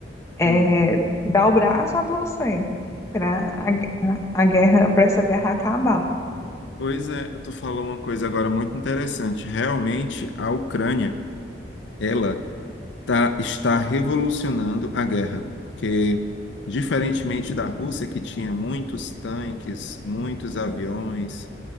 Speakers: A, on the left; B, on the left.
A: é,
B: Hum.
A: dar o braço a torcer para a, a guerra, para essa guerra acabar.
B: Pois é, tu falou uma coisa agora muito interessante. Realmente, a Ucrânia, ela tá, está revolucionando a guerra, porque, diferentemente da Rússia, que tinha muitos tanques, muitos aviões,